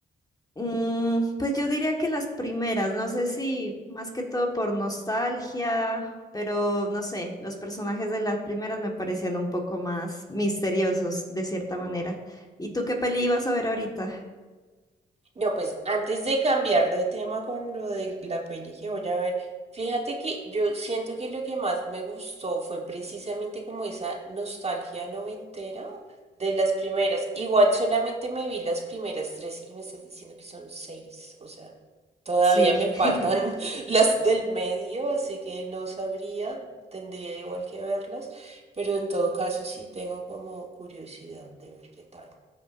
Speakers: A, on the left; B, on the right.
A: Mm, pues yo diría que las primeras, no sé si más que todo por nostalgia, pero no sé, los personajes de las primeras me parecían un poco más misteriosos de cierta manera. ¿Y tú qué peli ibas a ver ahorita?
B: No, pues antes de cambiar de tema con lo de la peli que voy a ver, fíjate que yo siento que lo que más me gustó fue precisamente como esa nostalgia noventera de las primeras. Igual solamente me vi las primeras tres y me estás diciendo que son seis, o sea, todavía
A: Sí.
B: me faltan
A: <laughs>
B: <laughs> las del medio, así que no sabría, tendría igual que verlas, pero en todo caso sí tengo como curiosidad de ver qué tal.